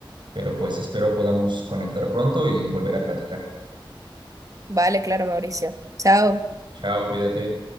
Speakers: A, on the right (about 60°); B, on the right (about 40°).
A: pero pues espero podamos conectar pronto y volver a platicar.
B: Vale, claro, Mauricio. Chao.
A: Chao, cuídate.